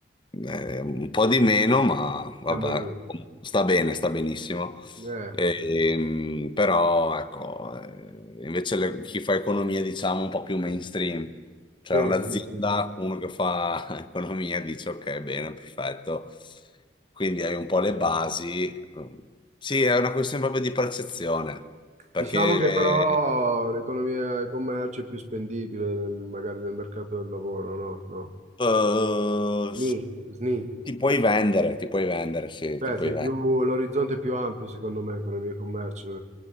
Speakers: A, on the left (about 25°); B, on the right (about 40°).
A: eh, un po' di meno, ma vabbè,
B: Siamo lì.
A: sta bene, sta benissimo.
B: Eh,
A: Ehm,
B: mm.
A: però ecco, eh, invece le- chi fa economia, diciamo, un po' più mainstream, cioè
B: sì,
A: un'azienda,
B: sì, sì, sì. sì.
A: uno che fa <laughs> economia dice ok, bene, perfetto. Quindi hai un po' le basi. Sì, è una questione proprio di percezione, perché
B: Diciamo che però l'economia e il commercio è più spendibile nel- magari nel mercato del lavoro, no? No.
A: eh,
B: Sni, sni.
A: ti puoi vendere, ti puoi vendere, sì,
B: Cioè,
A: ti puoi
B: sei
A: vendere.
B: più, l'orizzonte è più ampio, secondo me, economia e commercio.